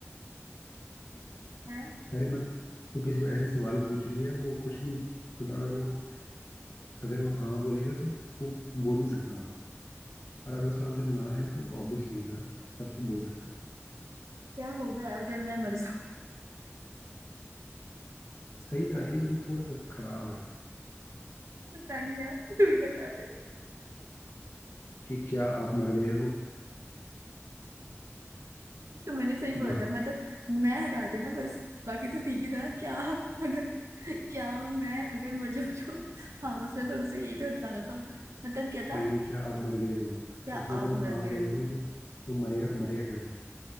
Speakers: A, on the right; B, on the left.
A: है
B: अरे मत तू किसी को ऐसे सवाल पूछ रही है और वो कुछ नहीं मतलब अगर वो अगर वो हाँ बोलेगा तो वो बोल नहीं सकता हाँ और अगर उसका आंसर ना है तो वो ऑब्वियसली ना तब तो बोल सकता है
A: क्या होगा अगर मैं मर जाऊँ
B: सही जा रही है लेकिन थोड़ा सा खराब है
A: पता नहीं यार तू ही बता दे
B: कि क्या आप मर गए हो
A: तो मैंने सही
B: <laughs>
A: बोला था मतलब मैं हटा देना बस बाकी तो ठीक ही था क्या अगर क्या मैं अगर मर जाऊँ तो हाँ उसमें थोड़ा सा यही तो हटाना था मतलब क्या था
B: नहीं नहीं क्या आप मर गए हो तो
A: क्या
B: उसमें
A: आप
B: अगर वो
A: मर
B: हाँ
A: गए
B: बोलेगा
A: हो
B: तो तो मरेगा मरेगा कैसे